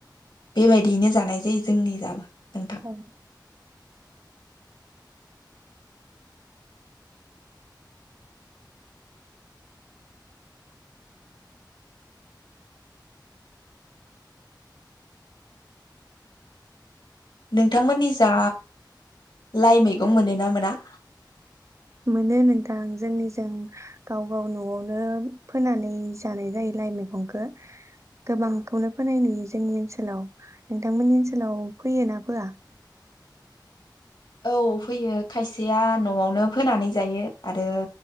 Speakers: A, on the left; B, on the right.
A: बेबायदियैनो जानाय जायो जोंनि जाबो। नोंथां
B: औ।
A: नोंथांमोननि जा लाइ मैगं मोनो ना मोना?
B: मोनो नोंथां जोंनिजों गाव गाव नआवनो फोनानै जानाय जायो लाइ मैगंखो गोबांखौनो फोनाय नुयो जोंनि ओनसोलाव नोंथांमोननि ओनसोलाव फैयोना फोआ?
A: औ फैयो खायसेया नआवनो फोनानै जायो आरो